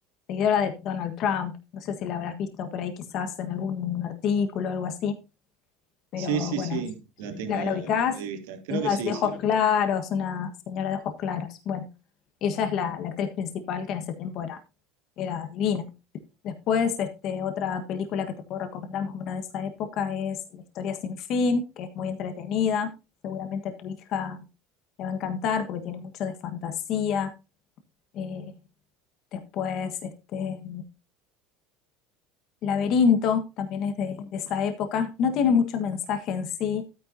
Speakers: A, on the left (about 55°); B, on the right (about 85°).
A: seguidora de Donald Trump, no sé si la habrás visto por ahí quizás en algún artículo o algo así. pero
B: Sí, sí,
A: bueno,
B: sí,
A: es,
B: la tengo
A: la, la ubicás,
B: de vista. Creo
A: es una
B: que sí,
A: de ojos
B: sí.
A: claros, una señora de ojos claros. Bueno, ella es la, la actriz principal que en ese tiempo era, era divina. Después, este, otra película que te puedo recomendar, más o menos de esa época, es La historia sin fin, que es muy entretenida. Seguramente a tu hija le va a encantar porque tiene mucho de fantasía. Eh, después, este, Laberinto también es de, de esa época. No tiene mucho mensaje en sí,